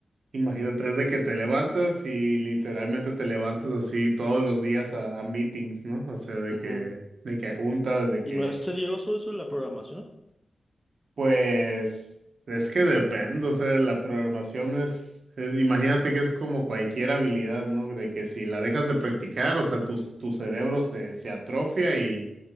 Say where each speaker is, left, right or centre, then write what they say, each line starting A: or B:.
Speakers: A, on the right; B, in the centre.
A: Imagínate, desde que te levantas y literalmente te levantas así todos los días a, a meetings, ¿no? O sea, de
B: Ujú.
A: que, de que juntas, de que,
B: ¿Y no es tedioso eso de la programación?
A: pues, es que depende, o sea, la programación es, es, imagínate que es como cualquier habilidad, ¿no? De que si la dejas de practicar, o sea, tu, tu cerebro se, se atrofia y,